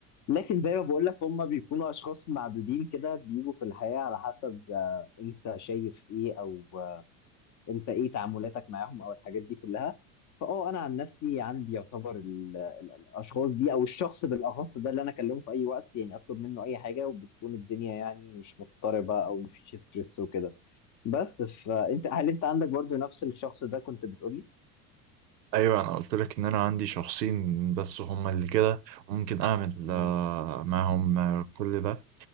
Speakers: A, on the left; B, on the right.
A: لكن زي ما بقول لك هم بيكونوا اشخاص معدودين كده بيجوا في الحياة على حسب آه، انت شايف ايه او آه، انت ايه تعاملاتك معاهم او الحاجات دي كلها فاه انا عن نفسي عندي يعتبر ال- ال- الاشخاص دي او الشخص بالاخص ده اللي انا اكلمه في اي وقت يعني اطلب منه اي حاجة وبتكون الدنيا يعني مش مضطربة او مفيش ستريس وكده بس فانت هل انت عندك برضو نفس الشخص ده كنت بتقولي
B: ايوه انا قلت لك ان انا عندي شخصين بس هما اللي كده وممكن اعمل
A: مم.
B: آه، معاهم آه، كل ده